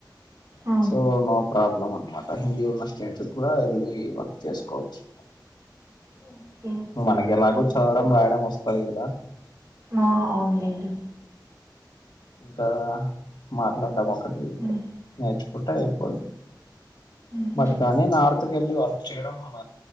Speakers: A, on the right (about 45°); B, on the left (about 65°).
A: ఆ
B: సో నాకు ప్రాబ్లం అనమాట హిందీ ఉన్న స్టేంట్స్ కూడా ఎళ్లీ వర్క్ చేసుకోవచ్చు
A: ఓకే ఓకే
B: మనకి
A: అండి
B: ఎలాగూ చదవడం రాయడం వస్తది కదా
A: ఆ అవునులేండి
B: అంతే కదా మార్లాడం ఒకటి
A: ఉమ్,
B: నేర్చుకుంటే అయిపోద్ది
A: ఉమ్.
B: బట్ కాని నార్త్ కెళ్ళి వర్క్ చేయడం మన